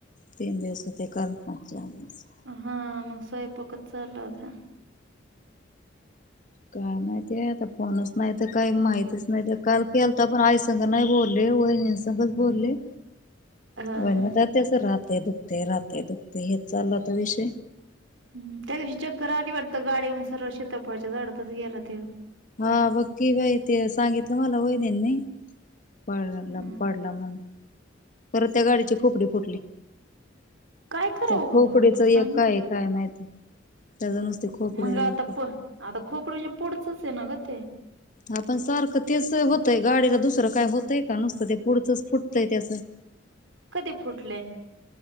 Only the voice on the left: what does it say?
तीन दिवस ते कर चार दिवस
काय माहिती आहे आता फोनच नाही तर काही माहितीच नाही काल केल तर पण आ. घ नाही बोलले वहिन संघ बोलले
व
त्यात त्याच राहते दुखते राहते दुखते हेच चाललाता विषय
हा बघकीी बाई ते सांगितलं मला होईन नाही. पड
पडला म्हण पर त्या गाडीची खोपडी फुटली.
त्या खोपडीच
एक
काय
काय माहिती. त्याच नुसते खोपडे
फुट
आपण सारखं तेच होतंय गाडीला दुसरं काय होतंय का नुसतं ते पुढचंच फुटतंय त्याचं.